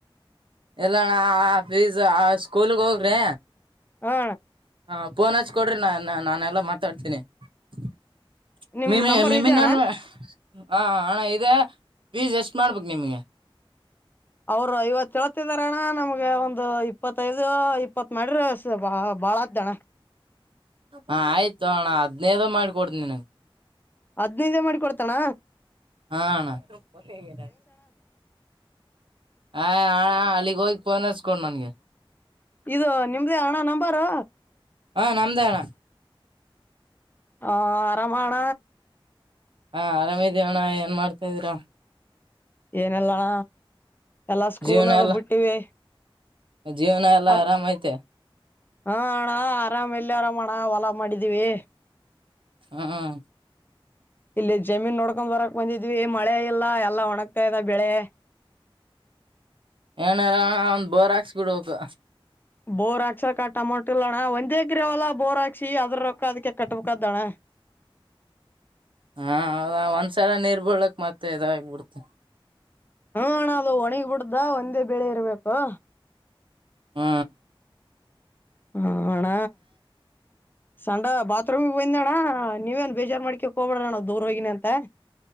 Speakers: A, on the right; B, on the left.
A: ಎಲ್ಲಣ ಆ ಫೀಸ್ ಆ ಸ್ಕೂಲ್ಗ್ ಹೋಗ್ರಿ
B: ಹಾ
A: ಹಾ ಫೋನ್ ಹಚ್ಕೊಡ್ರಿ ನಾ ನಾನೆಲ್ಲ ಮಾತಾಡ್ತೀನಿ <unintelligible>
B: ನಿಮ್ ನಂಬರ್ ಇದೆ ಅಣ್ಣ
A: ನಾನು ಹಾ ಹಣ ಇದೆ ಫೀಸ್ ಎಷ್ಟ ಮಾಡ್ಬೇಕು ನಿಮ್ಗೆ
B: ಅವರು ಐವತ್ತುಳತಿದಾರಣ್ಣ ನಮ್ಗೆ ಒಂದು ಇಪ್ಪತ್ತೈದು ಇಪ್ಪತ್ ಮಾಡ್ರ ಬಾ ಭಾಳ ಅದ ಅಣ್ಣ
A: ಹಾ ಆಯ್ತು ಹಣ ಹದ್ನೈದ ಮಾಡಿ ಕೊಡ್ತನಿ ನಿನಗ್
B: ಹದ್ನೈದೇ ಮಾಡಿ ಕೊಡ್ತಾನ
A: ಹಾ ಅಣ ಒಳ್ಳಗೆ <inaudible> ಹ ಹ ಅಲ್ಲಿಗ್ ಹೋಗಿ ಪನಸ್ಕೊಂಡ ನನ್ಗೆ
B: ಇದು ನಿಮ್ದೇ ಹಣ ನಂಬ ಹ
A: ಹಾ ನಮ್ದೇಣ್ಣ
B: ಹ ಆರಾಮಣ
A: ಹಾ ಆರಾಮಿದೀಣ್ಣ ಏನ್ ಮಾಡ್ತಾ ಇದೀರಾ
B: ಏನೆಲ್ಲಣ ಎಲ್ಲ ಸ್ಕೂಲ್
A: ಜೀವನ
B: ಅದ
A: ಎಲ್ಲ
B: ಬಿಟ್ಟಿವಿ
A: ಜೀವನ ಎಲ್ಲಾ
B: ಅ
A: ಆರಾಮ್ ಐತೆ
B: ಹಾ ಆಣಾ ಆರಾಮಲ್ಲಿ ಆರಾಮ ಮಾಡೋಣ ಹೊಲಾ ಮಾಡಿದೀವಿ
A: ಹ್ಮ್
B: ಇಲ್ಲಿ ಜಮೀನ್ ನೋಡ್ಕೊಂಡ್ ಬರಕ್ ಬಂದಿದ್ವಿ ಮಳೆ ಇಲ್ಲ ಎಲ್ಲ ಒಣಗ್ತಾ ಇದಾವೆ ಬೆಳೆ
A: ಎನ್ ಅಣ್ಣ ಒಂದ್ ಬೋರ್ ಹಾಕಿಸಿ ಬಿಡಬೇಕು
B: ಬೋರ್ ಹಾಕ್ಸಕ ಅಮೌಂಟ್ ಇಲ್ಲಣ್ಣ ಒಂದೇ ಎಕರೆ ಹೊಲ ಬೋರ್ ಹಾಕ್ಸಿ ಅದ್ರ ರೊಕ್ಕ ಅದಕ್ಕೆ ಕಟ್ಬೇಕಾದಣ್ಣ
A: ಹಾ ಹೌದ ಒಂದ್ಸಲ ನೀರು ಬೀಳಕ ಮತ್ತೆ ಇದಾಗ ಬಿಡ್ತು
B: ಹಾ ಅಣ್ಣ ಅದು ಒಣಗ ಬಿಡ್ದ ಒಂದೇ ಬೆೇಳೆ ಇರ್ಬೇಕು
A: ಆ
B: ಆ... ಅಣ್ಣ ಸಂಡ ಬಾತ್ರೂಮ್ಗೆ ಬಂದಿದ್ದ ಅಣ್ಣ ನೀವೇಏನ್ ಬೇಜಾರ್ ಮಾಡಿಕೊಕೆ ಹೋಗಬೇಡ್ರ ಅಣ್ಣ ದೂರ ಹೋಗಿನಿ ಅಂಥ